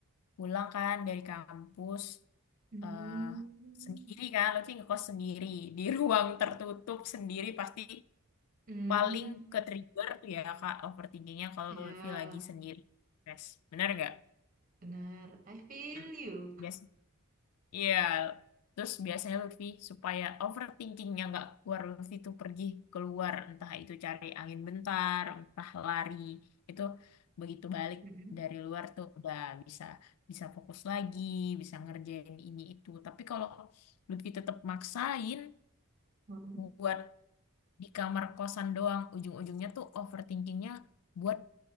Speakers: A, on the left; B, on the right.
A: pulang kan dari kampus
B: Hmm.
A: eh, sendiri kan Lutfi ngekos sendiri di ruang tertutup sendiri pasti
B: Hmm.
A: paling ke trigger tuh ya kak overthinkingnya kalau
B: Ya,
A: Lutfi lagi sendiri stres benar nggak
B: benar. I feel
A: nah
B: you.
A: biasa iya terus biasanya Lutfi supaya overthinkingnya nggak keluar Lutfi tuh pergi keluar entah itu cari angin bentar entah lari itu begitu balik
B: Hmm.
A: dari luar tuh udah bisa bisa fokus lagi bisa ngerjain ini itu tapi kalau Lutfi tetap maksain
B: Mm-mm.
A: buat di kamar kosan doang ujung-ujungnya tuh overthinkingnya buat